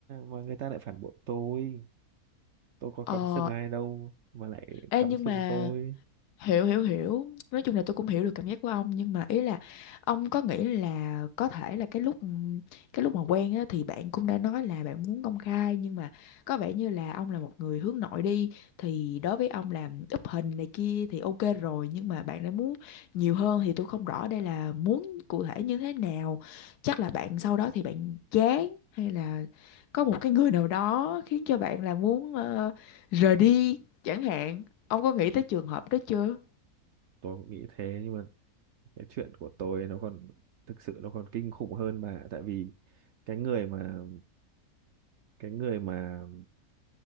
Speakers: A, on the right (about 70°); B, on the left (about 85°).
A: mà người ta lại phản bội tôi. tôi có cắm
B: ờ
A: sừng ai đâu mà lại
B: ê
A: cắm
B: nhưng
A: sừng
B: mà
A: tôi
B: hiểu hiểu hiểu nói chung là tôi cũng hiểu được cảm giác của ông nhưng mà ý là ông có nghĩ là có thể là cái lúc cái lúc mà quen á, thì bạn cũng đã nói là bạn muốn công khai nhưng mà có vẻ như là ông là một người hướng nội đi thì đối với ông là úp hình này kia thì ok rồi nhưng mà bạn đã muốn nhiều hơn thì tôi không rõ đây là muốn cụ thể như thế nào chắc là bạn sau đó thì bạn chán hay là có một cái người nào đó khiến cho bạn là muốn ờ, rời đi chẳng hạn Ông có nghĩ tới trường hợp đó chưa?
A: tôi cũng nghĩ thế nhưng mà cái chuyện của tôi nó còn thực sự nó còn kinh khủng hơn mà tại vì cái người mà cái người mà